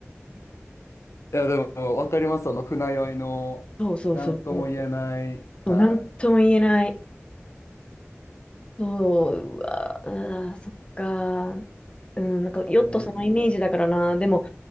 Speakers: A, on the left; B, on the left.
A: いや、でも、わかります。その船酔いの、
B: そうそうそうそう
A: なんとも言えない。は
B: そう、なんとも言えない。そう、うわ、あー、そっか。うん、なんかヨットそのイメージだからな。
A: い。うん
B: でも、